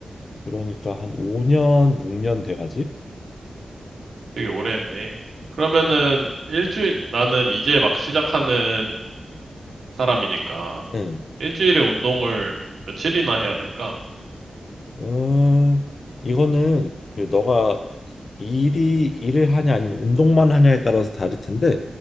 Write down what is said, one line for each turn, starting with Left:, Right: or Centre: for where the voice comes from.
Left: 그러니까 한 5년, 6년 돼가지.
Right: 되게 오래 했네. 그러면은, 일주일, 나는 이제 막 시작하는 사람이니까,
Left: 응.
Right: 일주일에 운동을 뭐 며칠이나 해야 될까?
Left: 음, 이거는 그 너가 일이 일을 하냐 아니면 운동만 하냐에 따라서 다를 텐데